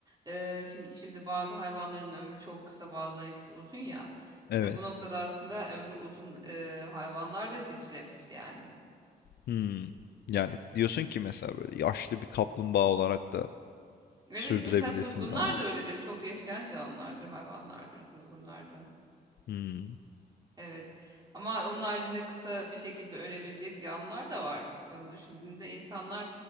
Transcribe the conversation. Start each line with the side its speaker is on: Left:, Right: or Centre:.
Right: e, çünkü şimdi bazı hayvanların ömrü çok kısa, bazılarınınkisi uzun ya.
Left: Evet.
Right: İşte bu noktada aslında ömrü uzun e, hayvanlar da seçilebilir yani.
Left: Hmm. Yani diyorsun ki mesela böyle yaşlı bir kaplumbağa olarak da
Right: Evet
Left: sürdürebilirsin
Right: mesela kuzgunlar
Left: zamanı.
Right: da öyledir. Çok yaşayan canlılardır, hayvanlardır kuzgunlar da.
Left: Hmm.
Right: Evet. Ama onun haricinde kısa bir şekilde ölebilecek canlılar da var. Onu düşündüğümde insanlar